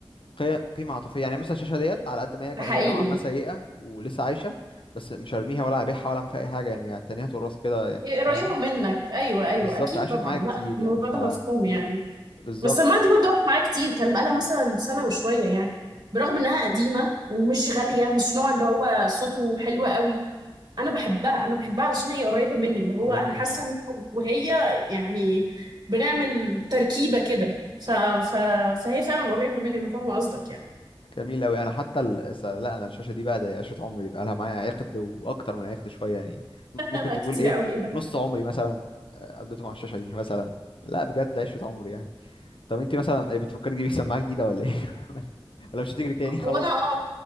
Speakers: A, on the left (about 65°); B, on the right (about 45°).
A: قي- قيمة عاطفية يعني مثلا الشاشة ديت على قد ما هي ك-
B: ده
A: هي
B: حقيقي
A: نوعا ما سيئة ولسه عايشة بس مش هرميها ولا هبيعها ولا اعمل فيها اي حاجة يعني التانية هتورث كده يعني
B: إيه قريبة
A: فاهمة
B: منك أيوة أيوة
A: بالظبط
B: أكيد
A: عاشت
B: طبعا
A: معايا كتير
B: لا الموضوع
A: يعني ف
B: ده مفهوم يعني
A: بالظبط
B: بس السماعة دي برضه قعدت معايا كتير كان بقالها مثلا سنة وشوية يعني برغم إنها قديمة ومش غالية مش نوع اللي هو صوته حلو قوي انا بحبها انا بحبها علشان هي قريبه مني اللي هو
A: جميل
B: انا حاسه ان أنا وهي يعني بنعمل تركيبه كده ف... ف... فهي فعلا قريبه مني انا فاهمه قصدك يعني
A: جميل أوي أنا حتى ال... س- لا أنا الشاشة دي بقى ده عشرة عمري دي بقى لها معايا عقد وأكتر من عقد شوية يعني م-
B: <laughs>
A: ممكن
B: لا
A: تقول
B: كتير
A: إيه
B: قوي ايه ده
A: نص عمري مثلا آه، قضيته مع الشاشة دي مثلا لا بجد عشرة عمري يعني طب أنت مثلا إيه، بتفكري تجيبي سماعة جديدة ولا إيه <laughs> ولا مش هتجري تاني خلاص
B: وانا اه